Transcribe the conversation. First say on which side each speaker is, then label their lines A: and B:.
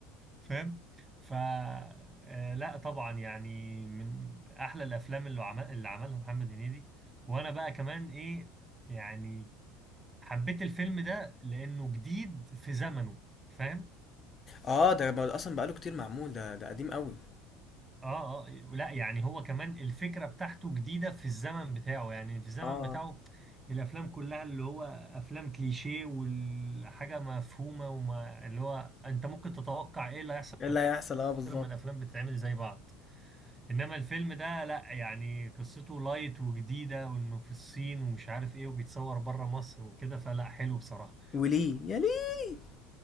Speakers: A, on the right; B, on the left.
A: فاهم ف آه لا طبعا يعني من احلى الافلام اللي عمل اللي عملها محمد هنيدي وانا بقى كمان ايه يعني حبيت الفيلم ده لانه جديد في زمنه فاهم
B: اه ده ما- اصلا بقاله كتير معمول ده ده قديم قوي
A: اه اه لا يعني هو كمان الفكرة بتاعته جديدة في الزمن بتاعه يعني في الزمن
B: اه
A: بتاعه الافلام كلها اللي هو افلام كليشيه والحاجة مفهومة وما اللي هو انت ممكن تتوقع ايه اللي هيحصل
B: ايه اللي هيحصل اه بالظبط
A: لما الافلام بتتعمل زي بعض انما الفيلم ده لا يعني قصته لايت وجديدة وانه في الصين ومش عارف ايه وبيتصور بره مصر وكده فلا حلو بصراحة
B: وليه يا ليه